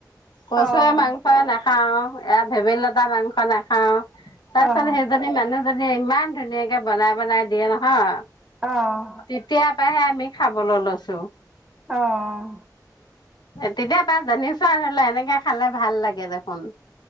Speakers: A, on the left (about 80°); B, in the centre.
A: কচুয়ে
B: অ',
A: মাংসয়ে নাখাও এ ভেবেলি লতা মাংস নাখাও। তাৰপিছত
B: অ', অ',
A: সেইজনী মানুহজনী ইমান ধুনীয়াকে বনাই বনাই দিয়ে নহয়।
B: অ'।
A: তেতিয়াপাহে আমি খাবলৈ লৈছো।
B: অঁ
A: তেতিয়া তাৰ জানিছো ধৰি ল এনেকে খালে ভাল লাগে দেখোন।